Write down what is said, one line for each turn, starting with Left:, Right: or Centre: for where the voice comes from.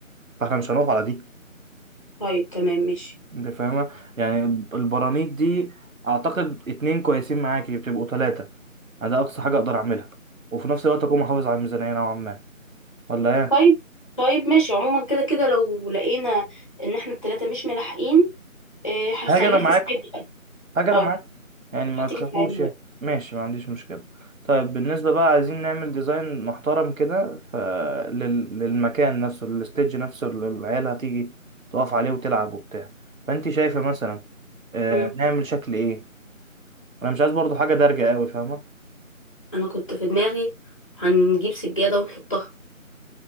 Right: فاحنا مش هنقف على دي
Left: طيب تمام ماشي
Right: انت فاهمة يعني البرانيت دي اعتقد اتنين كويسين معاكي بتبقوا تلاتة يعني ده اقصى حاجة اقدر اعملها وفي نفس الوقت اكون محافظ على الميزانية نوعا ما ولا ايه
Left: طيب طيب ماشي عموما كده كده لو لقينا ان احنا التلاتة مش ملاحقين آه هخليك
Right: حاجة انا معاكم
Left: تساعد بقى
Right: حاجة انا
Left: اه
Right: معاكم يعني ما
Left: هتيجي
Right: تخافوش
Left: تساعدها
Right: يعني
Left: بقى
Right: ماشي ما عنديش مشكلة طيب بالنسبة بقى عايزين نعمل ديزاين محترم كده ف... لل... للمكان نفسه للستيج نفسه اللي العيال هتيجي تقف عليه وتلعب وبتاع فانت شايفة مثلا آه...
Left: مم.
Right: نعمل شكل ايه انا مش عايز برضو حاجة دارجة قوي فاهمة
Left: انا كنت في دماغي هنجيب سجادة ونحطها